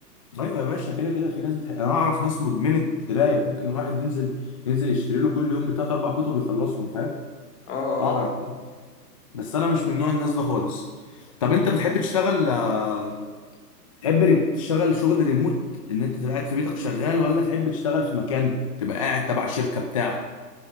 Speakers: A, on the left (about 20°); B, on the left (about 45°).
A: ايوه يا باشا كده كده في ناس بتح... انا اعرف ناس مدمنه قرايه ممكن الواحد ينزل ينزل يشتري له كل يوم بتلات اربع كتب يخلصهم فاهم
B: اه اه
A: اعرف
B: لا
A: بس انا مش من نوع الناس ده خالص طب انت بتحب تشتغل آه، تحب ريم... تشتغل شغل ريموت ان انت تبقى قاعد في بيتك شغال ولا تحب تشتغل في مكان تبقى قاعد تبع شركة بتاع